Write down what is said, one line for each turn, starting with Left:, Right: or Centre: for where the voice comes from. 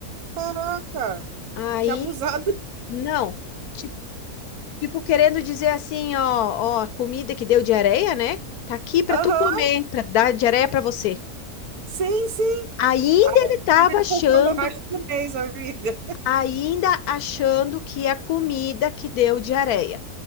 Right: Caraca,
Left: Aí,
Right: que abusado.
Left: não. Tipo, tipo, querendo dizer assim, ó, ó, a comida que deu diarreia, né? Tá aqui para
Right: Aham,
Left: tu comer, para dar diarreia para você.
Right: sim, sim.
Left: Ainda
Right: Ah,
Left: ele tava
Right: tá me
Left: achando,
Right: poupando o resto do mês, amiga.
Left: ainda achando que a comida que deu diarreia.